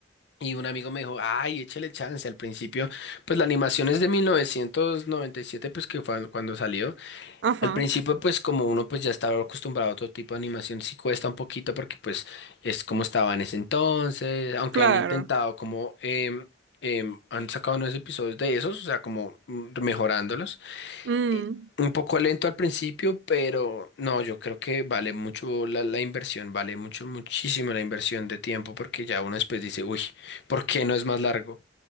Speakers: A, on the left; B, on the right.
A: Y un amigo me dijo, ay, échale chance. Al principio, pues la animación es de 1997 pues que fue cuando salió.
B: Ajá,
A: Al principio, pues como uno pues ya estaba acostumbrado a otro tipo de animación, sí cuesta un poquito porque pues es como estaba en ese entonces, aunque
B: claro.
A: han intentado como... em, em, han sacado nuevos episodios de esos, o sea, como mm, mejorándolos
B: Mm.
A: y un poco lento al principio, pero no, yo creo que vale mucho la, la inversión, vale mucho, muchísimo la inversión de tiempo, porque ya uno después dice, uy, ¿por qué no es más largo?